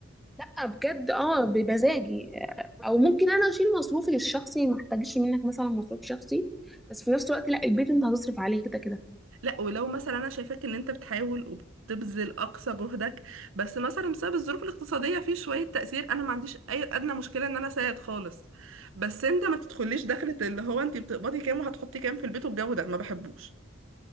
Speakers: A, in the centre; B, on the right (about 70°).
A: لا بجد اه بمزاجي آه، او ممكن انا اشيل مصروفي الشخصي ما احتاجش منك مثلا مصروف شخصي بس في نفس الوقت لا البيت انت هتصرف عليه كده كده
B: لا ولو مثلا انا شايفاك ان انت بتحاول وبتبذل اقصى جهدك بس مثلا بسبب الظروف الاقتصاديه في شويه تاثير انا ما عنديش اي ادنى مشكله ان انا اساعد خالص بس انت ما تدخليش دخله اللي هو انت بتقبضي كام وهتحطي كام في البيت والجو ده ما بحبوش